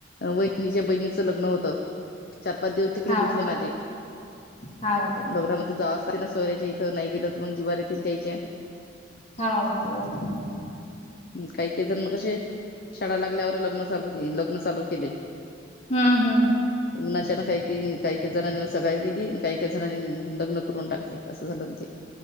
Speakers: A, on the left; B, on the left.
A: वहिनीच्या, बहिणीचं लग्न होत. चार - पाच दिवस तिकडे
B: हाव
A: गुंतले माझे.
B: हाव काय?
A: लॉकडाऊन मध्ये जाव लागतं ना सोयऱ्याच्या इथं, नाही गेलं तर मग जिवार येथ त्या्यच्या.
B: हा, हो. बरबरय.
A: काही -काही जण मग अशे, शाळा लागल्यावर लग्न चालू लग्न चालू केले.
B: हम्म, हम्म.
A: उनाच्यानं काही-काही, काही - काही जणांनी सगाळ केली आणि काही -काही जणांनी लग्न करून टाकले. असं झालं न ते.